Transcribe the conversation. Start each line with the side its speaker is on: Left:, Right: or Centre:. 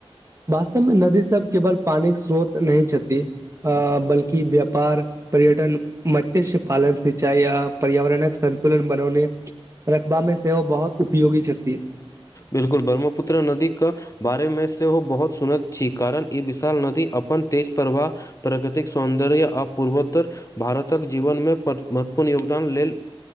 Right: वास्तवमे नदी सब केवल पानिक स्रोत नहि छथि अ बल्कि व्यापार पर्यटन मत्स्य पालन सिंचाइ आ पर्यावरणक सन्तुलन बनौने रखबामे सेहो बहुत उपयोगी छथि
Left: बिलकुल ब्रह्मपुत्र नदी क बारे मे सेहो बहुत सुनैत छी कारण ई विशाल नदी अपन तेज प्रवाह प्रगतिक सौन्दर्य आ पूर्वोत्तर भारतक जीवनमे महत्वपूर्ण योगदान लेल